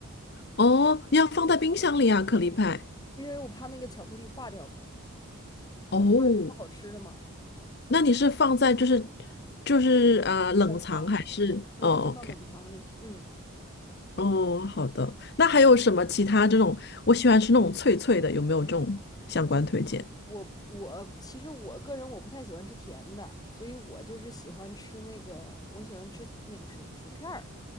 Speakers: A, on the left (about 50°); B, on the left (about 15°).
A: 哦，你要放在冰箱里啊，可丽派。
B: <laughs> 因为我怕那个巧克力化掉，
A: 哦，
B: 那化了就不好吃了嘛，
A: 那你是放在就是就是啊、呃冷藏还是？
B: 冷藏我就放到冷藏里，
A: 哦，OK，
B: 嗯。
A: 哦，好的。那还有什么其他这种？我喜欢吃那种脆脆的，有没有这种相关推荐？
B: 我我其实我个人我不太喜欢吃甜的，所以我就是喜欢吃那个，我喜欢吃那个薯薯片儿，